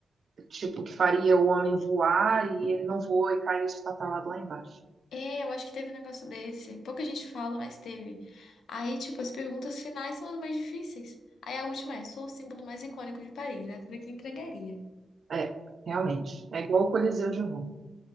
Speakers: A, on the right (about 60°); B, on the left (about 80°).
A: tipo, que faria o homem voar e ele não voou e caiu espatalado lá embaixo.
B: É, eu acho que teve um negócio desse. Pouca gente fala, mas teve. Aí, tipo, as perguntas finais são as mais difíceis. Aí a última é, sou o símbolo mais icônico de Paris, né? Falei que entregaria.
A: É, realmente. É igual o Coliseu de Roma.